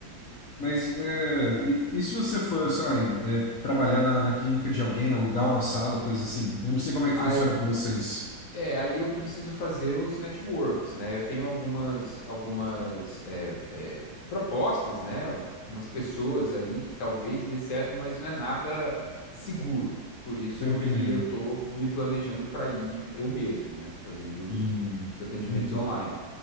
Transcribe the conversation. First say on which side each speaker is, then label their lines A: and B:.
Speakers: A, on the left; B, on the left.
A: Mas é, e, e se você for, sei lá, é, trabalhar na, na clínica de alguém, alugar uma sala, coisa assim? Eu não sei como é que
B: Aí,
A: funciona com vocês.
B: É, aí eu preciso fazer os networks, né? Eu tenho algumas, algumas é, é, propostas, né? Algumas pessoas aí que talvez dê certo, mas não é nada seguro. Por isso
A: Tô entendendo.
B: que eu tô me planejando para ir eu mesmo, né? Fazendo os,
A: Hum,
B: os atendimentos
A: uhum,
B: online.